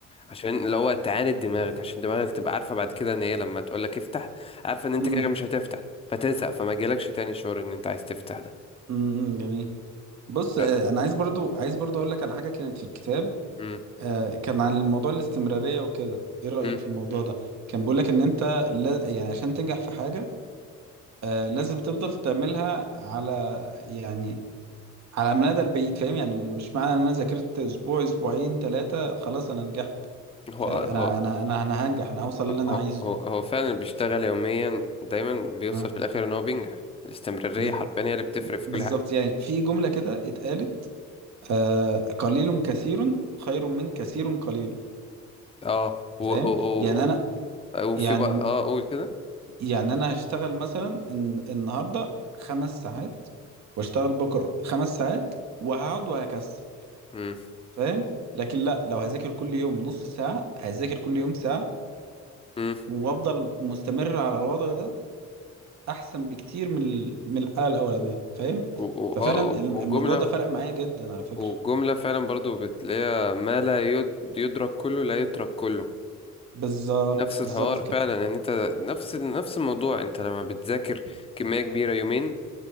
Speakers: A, on the left; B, on the right.
A: عشان اللي هو تعاند دماغك عشان دماغك تبقى عارفه بعد كده ان هي لما تقول لك افتح عارفه ان انت
B: امم
A: كده مش هتفتح فتزهق فما جالكش تاني شعور ان انت عايز تفتح ده
B: امم جميل بص
A: ف-
B: آه، انا عايز برضو عايز برضو اقول لك على حاجه كانت في الكتاب
A: مم.
B: آه، كان عن الموضوع الاستمراريه وكده ايه رايك
A: مم.
B: في الموضوع ده كان بيقول لك ان انت لا يعني عشان تنجح في حاجه آه، لازم تفضل تعملها على يعني على المدى البعيد فاهم يعني مش معنى ان انا ذاكرت اسبوع اسبوعين ثلاثه خلاص انا نجحت
A: هو
B: فانا
A: هو
B: انا انا انا هنجح انا هوصل اللي انا
A: هو
B: عايزه
A: هو هو فعلا بيشتغل يوميا دايما بيوصل
B: آه،
A: في الاخر ان هو بينجح الاستمرارية
B: بز-
A: حرفيا هي اللي بتفرق في
B: بالظبط
A: كل حاجة
B: يعني في جمله كده اتقالت آه، قليل كثير خير من كثير قليل
A: اه و
B: فاهم
A: و و
B: يعني انا
A: و-
B: يعني
A: وفي بقى اه قول كده
B: يعني انا هشتغل مثلا الن- النهارده خمس ساعات واشتغل بكره خمس ساعات وهقعد وهكسل
A: امم
B: فاهم لكن لا لو هذاكر كل يوم نص ساعه هذاكر كل يوم ساعه
A: امم
B: وافضل مستمر على الوضع ده احسن بكتير من ال- من الحاله الاولانيه فاهم
A: و- و-
B: ففعلا
A: اه
B: الم- الموضوع
A: وجملة
B: ده فرق معايا جدا على فكره
A: وجملة فعلا برضو بتلاقيها ما لا يد- يدرك كله لا يترك كله
B: بالظبط
A: نفس
B: بالظبط
A: الحوار
B: كده
A: فعلا ان انت نفس نفس الموضوع انت لما بتذاكر كمية كبيرة يومين